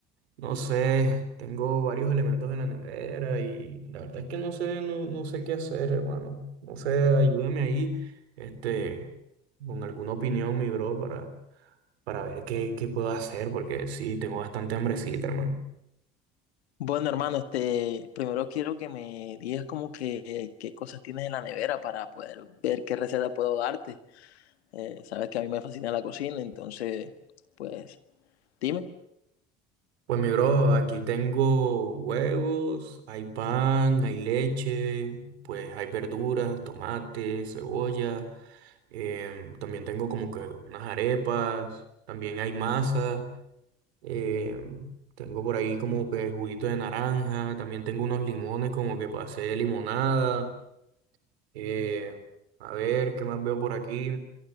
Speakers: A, on the right; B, on the left.
A: No sé, tengo varios elementos en la nevera y la verdad es que no sé, no, no sé qué hacer, hermano. No sé, ayúdeme ahí, este, con alguna opinión, mi bro, para, para ver qué, qué puedo hacer, porque sí, tengo bastante hambrecita, hermano.
B: Bueno, hermano, este, primero quiero que me digas como que qué cosas tienes en la nevera para poder ver qué receta puedo darte. Eh, sabes que a mí me fascina la cocina, entonces, pues, dime.
A: Pues mi bro, aquí tengo huevos, hay pan, hay leche, pues hay verduras, tomate, cebolla, em, también tengo como que unas arepas, también hay masa. Eh, tengo por ahí como que juguito de naranja, también tengo unos limones como que para hacer limonada. eh, a ver, ¿qué más veo por aquí?